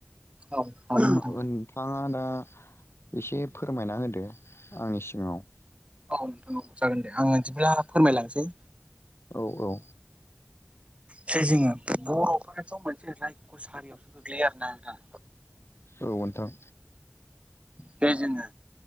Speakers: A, on the right; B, on the left.
A: औ हागोन नोंथां
B: नोंथाङा दा एसे फोरमायना होदो आंनि सिगाङाव।
A: औ नोंथां जागोन दे आङो बिदिब्ला फोरमायलांनोसै।
B: औ औ
A: जे जोङो बर'फोराथ' मोनसे रायख' सारियावसो गोग्लैयो आरोना नोंथां
B: <unintelligible> औ नोंथां।
A: जे जोङो